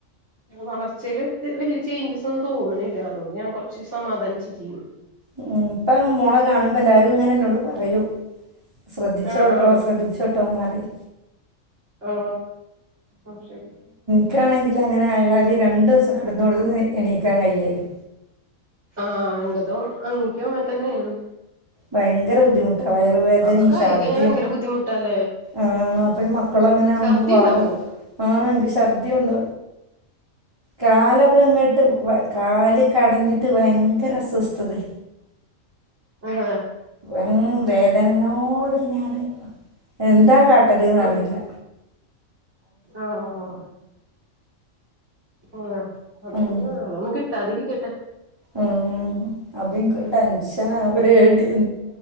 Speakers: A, on the right (about 55°); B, on the right (about 20°).
A: വളർച്ചെല് ഒത്ത് വല്യ ചേഞ്ചസൊന്നും തോന്ന്ണെല്ല അതുകൊണ്ട് ഞാൻ കുറച്ച് സമാധാനിച്ചിരിക്കുന്നു
B: ഉം ഇപ്പം മോളെ കാണുമ്പോ എല്ലാരും ഇങ്ങനെ എന്നോട് പറയും ശ്രദ്ധിച്ചോട്ടോ
A: ആഹ് ആഹ്
B: ശ്രദ്ധിച്ചോട്ടോ ന്ന്റയും
A: ഓ ഒ ശെരി
B: ക്കാണെങ്കിൽ അങ്ങനെ ആയാല് രണ്ടു ഈസം കെടന്നോടത്തുന്ന് എണീക്കാൻ കയ്യേല്ലേ
A: ആഹ് ഇന്റെതും അങ്ങിക്കോ തന്നെയാണ്
B: ഭയങ്കര ബുദ്ധിമുട്ടാ വയറുവേദനിം
A: അതൊക്കെ
B: ഛർദിയും
A: ആയിക്കയിഞ്ഞ ഭയങ്കര ബുദ്ധിമുട്ടല്ലെ
B: ആഹ് അപ്പൊ മക്കള അങ്ങനെ ആവുമ്പോ
A: ഛർദി
B: വാവോ
A: ഉണ്ടാവോ
B: ആഹ് എനിക്ക് ശർ ണ്ട് കാലൊക്കെ ഇങ്ങട്ട് വ കാല് കടഞ്ഞിട്ട് ഭയ ങ്കര അസസ്തോതെ
A: ആഹ്
B: ഉം വേദനനോട് ഞാന് എന്താ കാട്ടണ്ടെന്നറിയില്ല
A: ഉം ആഹ് ആഹ് അതന്നെയാ
B: ഉം
A: അതൊന്നും കിട്ടാതിരിക്കട്ടെ
B: ഉം അപ്പൊ ഇനിക്കൊരു ടെൻഷനാ ആ പേടി